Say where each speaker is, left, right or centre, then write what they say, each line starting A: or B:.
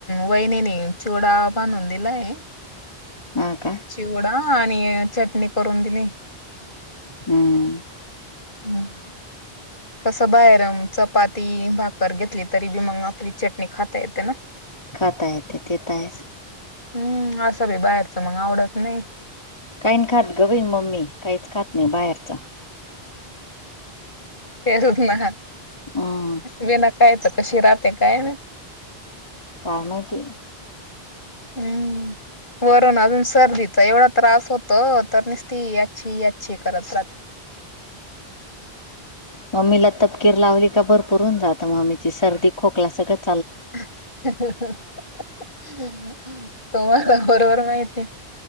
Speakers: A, on the left; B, on the left.
A: वहिनीने, चिवडा भानून दिलाय.
B: हा का.
A: चिवडा आणि, चटणी करून दिली
B: हूं!
A: <inaudible> कस बाहेर चपाती, भाकर घेतली तरी बी मग आपली चटणी खाता येते ना. <inaudible>
B: खाता येत ते त आहेस.
A: हूं असं भी बाहेरचं मग आवडत नाही.
B: काहीन खात ग बाई मम्मी, काहीच खात नाही, बाहेरच.
A: तेस ना
B: हम्म
A: वीना कायचं कशी राहते काय माहित
B: काय माहिती.
A: हम्म वरून अजून सर्दीचा एवढा त्रास होत तर निसती याछी यांछी करत राहते.
B: मम्मीला तपकीर लावली का भरपूर होऊन जात मम्मीची सर्दी खोकला सगळंच
A: <unintelligible> तुम्हाला बरोबर माहिती.